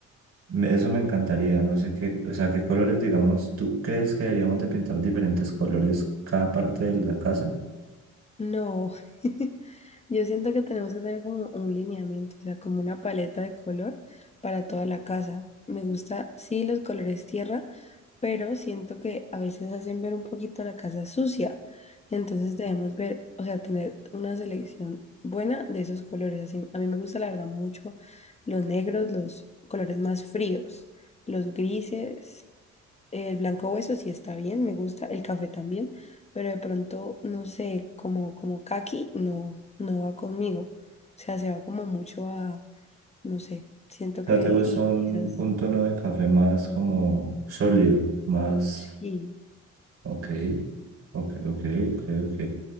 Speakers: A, on the right; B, on the left.
A: Me- Eso me encantaría, no sé qué, o sea, qué colores, digamos, ¿tú crees que deberíamos de pintar diferentes colores cada parte de la casa?
B: No, <laughs> yo siento que tenemos que tener como un lineamiento, o sea, como una paleta de color para toda la casa. Me gusta, sí, los colores tierra, pero siento que a veces hacen ver un poquito la casa sucia. Entonces debemos ver, o sea, tener una selección buena de esos colores. Así, a mí me gusta, la verdad, mucho los negros, los colores más fríos, los grises. El blanco hueso sí está bien, me gusta, el café también, pero de pronto, no sé, como, como caqui no, no va conmigo. O sea, se va como mucho a, no sé, siento
A: O sea,
B: que,
A: te gusta
B: y
A: un,
B: quizás
A: un tono de café más como sólido, más...
B: sí.
A: Ok, ok, ok, ok, ok.